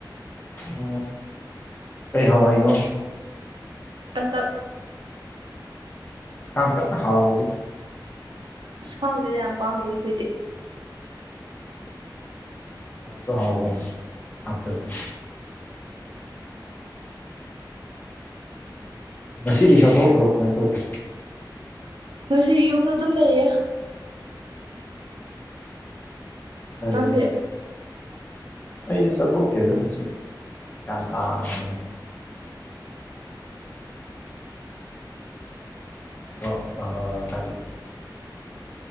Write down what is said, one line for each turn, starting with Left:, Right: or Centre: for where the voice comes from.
Left: ꯎ ꯀꯔꯤ ꯍꯋꯥꯏꯅꯣ
Right: ꯀꯥꯡꯇꯛ
Left: ꯀꯥꯡꯇꯛꯅ ꯍꯥꯎꯕꯅꯤ
Right: ꯑꯁ ꯈꯪꯗ‌ꯦ ꯌꯥꯝ ꯄꯥꯝꯗꯦ ꯑꯩꯈꯣꯏꯗꯤ
Left: ꯑꯗꯨ ꯍꯥꯎꯕꯅꯤ ꯀꯥꯡꯇꯛꯁꯤ ꯉꯁꯤꯗꯤ ꯆꯥꯠꯊꯣꯛꯇ꯭ꯔꯣ ꯀꯃꯥꯏꯅ ꯇꯧꯒꯦ
Right: ꯉꯁꯤ ꯌꯨꯝꯗ ꯑꯗꯨꯝ ꯂꯩꯌꯦ
Left: ꯐꯔꯦꯅꯦ
Right: ꯅꯪꯗꯤ
Left: ꯑꯩꯁꯨ ꯆꯠꯊꯣꯛꯇ‌ꯦꯗ ꯉꯁꯤꯗꯤ ꯒ꯭ꯌꯥꯟ ꯇꯥꯅ ꯂꯩ
Right: <inaudible>
Left: ꯀꯩꯅꯣ ꯑ ꯀꯔꯤ